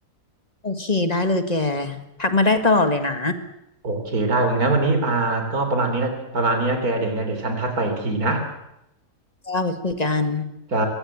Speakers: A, on the left (about 25°); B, on the right (about 70°).
A: โอเคได้เลยแกทักมาได้ตลอดเลยนะ
B: โอเคได้งั้นวันนี้อ่าก็ประมาณนี้นะประมาณนี้นะแกเดี๋ยวยังไงเดี๋ยวฉันทักไปอีกทีนะ
A: จ้าไปคุยกัน
B: จ้า